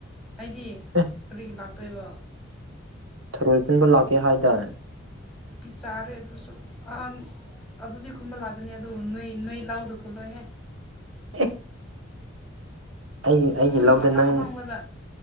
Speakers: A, in the centre; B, on the right (about 70°).
A: ꯑꯩꯗꯤ
B: ꯑꯦ
A: ꯀꯔꯤꯒꯤ ꯂꯥꯛꯇꯣꯏꯕ
B: ꯊꯔꯣꯏ ꯈꯨꯟꯕ ꯂꯥꯛꯀꯦ ꯍꯥꯏꯇꯥꯔꯦ
A: ꯅꯨ ꯄꯤ ꯆꯥꯔꯦ ꯑꯗꯨꯁꯨ ꯑꯍ ꯑꯗꯨꯗꯤ ꯈꯨꯝꯕ ꯂꯥꯛꯀꯅꯤ ꯑꯗꯨ ꯅꯣꯏ ꯅꯣꯏ ꯂꯥꯛꯎꯗꯣ ꯈꯨꯝꯜꯂꯣꯏꯍꯦ
B: ꯑꯦ ꯑꯩꯒꯤ ꯑꯩꯒꯤ
A: ꯑꯗꯨꯝ
B: ꯂꯧꯗ
A: ꯑꯐꯪ
B: ꯅꯪ
A: ꯑꯐꯪꯕꯗ